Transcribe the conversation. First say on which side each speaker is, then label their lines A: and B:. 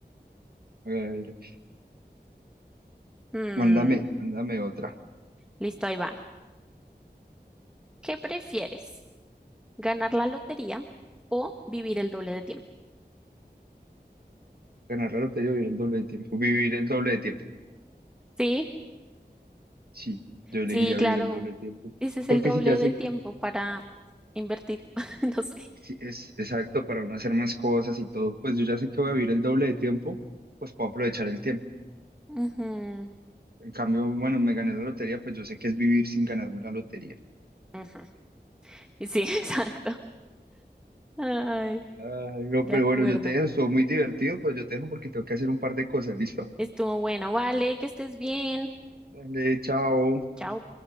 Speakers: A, on the right; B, in the centre.
A: A ver,
B: mm,
A: mándame, mándame otra.
B: listo, ahí va. ¿Qué prefieres? ¿Ganar la lotería o vivir el doble de tiempo?
A: Ganar la lotería o vivir el doble de tiempo. Vivir el doble de tiempo.
B: Sí,
A: Sí, yo elegiría
B: sí, claro.
A: vivir el doble de tiempo.
B: Ese es
A: Porque
B: el doble
A: si ya sé,
B: de tiempo para invertir. <laughs> No sé.
A: si es exacto para uno hacer más cosas y todo, pues yo ya sé que voy a vivir el doble de tiempo, pues puedo aprovechar el tiempo.
B: Ujú,
A: En cambio, bueno, me gané la lotería, pues yo sé que es vivir sin ganarme la lotería.
B: ujú. Y Sí, <laughs> exacto. Ay,
A: Ay, no,
B: de
A: pero
B: acuerdo.
A: bueno, yo te dejo, estuvo muy divertido, pues yo te dejo porque tengo que hacer un par de cosas, ¿listo?
B: Estuvo bueno. Vale, que estés bien.
A: Dale, chao.
B: Chao.